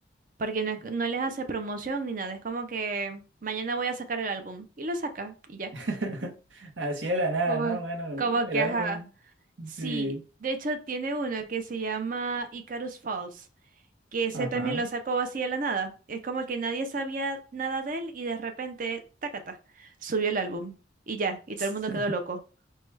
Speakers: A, on the right; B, on the right.
A: porque no, es- no les hace promoción ni nada. Es como que mañana voy a sacar el álbum y lo saca y ya.
B: <laughs> Así de la nada,
A: Como,
B: ¿no? Bueno,
A: como
B: el
A: que,
B: álbum,
A: ajá. Sí,
B: sí,
A: de hecho tiene uno que se llama Icarus Falls, que ese
B: ajá.
A: también lo sacó así de la nada. Es como que nadie sabía nada de él y de repente, tacata, subió el álbum y ya, y
B: <laughs>
A: todo el mundo quedó loco.